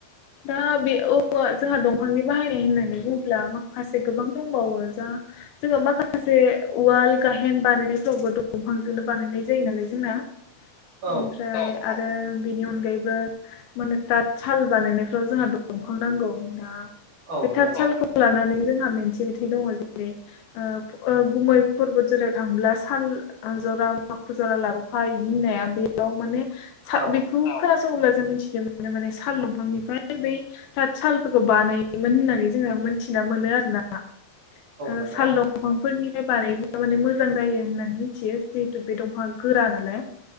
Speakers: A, on the left; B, on the right.
A: दा बे औ जोंहा दंफांनि बाहायनाय होननानै बुङोब्ला माखासे गोबां दंबावो जा। जोङो माखासे उवाल गाहेन बानायनायफोरावबो दंफांजोंनो बानायनाय जायो नालाय जोंना।
B: औ
A: ओमफ्राय आरो। बेनि अनगायैबो माने तात साल बानायनायफ्राव जोंहा दंफां नांगौ दा।
B: औ
A: बे थाथ
B: नंगौ
A: सालखौ लानानै। जोंहा मोनसे मेथाय दङ जेरै ओ गुमै परबद जरायाव थाङोब्ला सान ओ जरा माखु जरा लाबोफा इदि होननाया बेयाव माने
B: औ
A: बेखौ खोनासङोब्ला जों मिथिनो मोनो माने साल दफांनिफ्राय बै ताथ सालफोरखौ बानायोमोनहोननानै जोङो मिनथि नामोनो आरो ना ओ
B: नंगौ
A: साल दंफां फोरनि फाइ बानायब्ला माने मोजां जायो होननानै मिथियो जिहेतु बे दंफां गोरा नालाय।